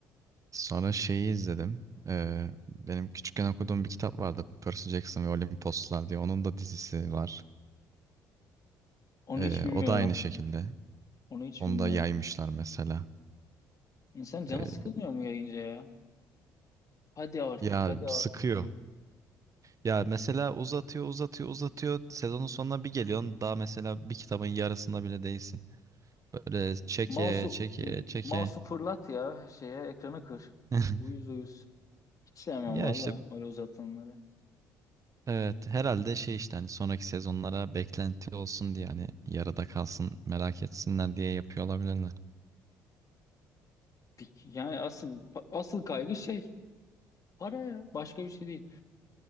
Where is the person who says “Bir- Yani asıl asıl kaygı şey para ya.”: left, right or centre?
Left